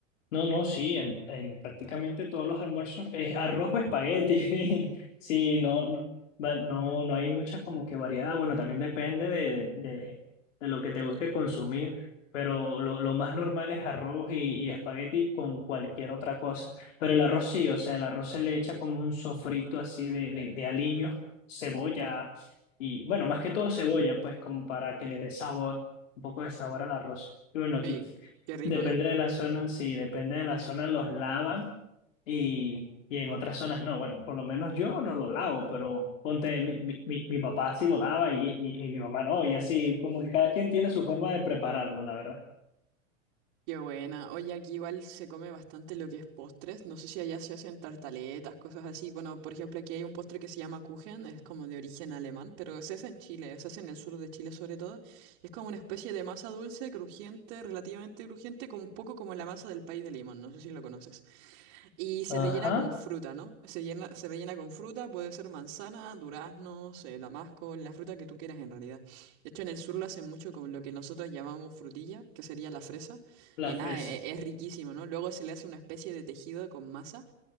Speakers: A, on the left; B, on the right.
A: No, no, sí, en, en prácticamente todos los almuerzos es arroz o espagueti. <laughs> Sí, no, no, va- no, no hay mucha como que variedad. Bueno, también depende de, de, de lo que te guste consumir, pero lo, lo más normal es arroz y, y espagueti con cualquier otra cosa. Pero el arroz sí, o sea, el arroz se le echa como un sofrito así de, de, de aliños, cebolla y, bueno, más que todo cebolla, pues como para que le dé sabor, un poco de sabor al arroz. Y bueno, aquí
B: Oye, qué rico,
A: Depende
B: ¿no?
A: de la zona, sí, depende de la zona los lavan y, y en otras zonas no. Bueno, por lo menos yo no lo lavo, pero ponte, mi, mi, mi- mi papá sí lo lava y, y, y mi mamá no, y así como que cada quien tiene su forma de prepararlo, la verdad.
B: Qué buena. Oye, aquí igual se come bastante lo que es postres. No sé si allá se hacen tartaletas, cosas así. Bueno, por ejemplo, aquí hay un postre que se llama Kuchen, es como de origen alemán, pero se hace en Chile, se hace en el sur de Chile sobre todo. Y es como una especie de masa dulce, crujiente, relativamente crujiente, como un poco como la masa del pay de limón. No sé si lo conoces. Y se
A: Ajá,
B: rellena con fruta, ¿no? Se llena- se rellena con fruta, puede ser manzana, duraznos, eh, damasco, la fruta que tú quieras en realidad. De hecho, en el sur lo hacen mucho con lo que nosotros llamamos frutilla, que sería la fresa.
A: la
B: Y nada,
A: fresa.
B: e- es, riquísimo, ¿no? Luego se le hace una especie de tejido con masa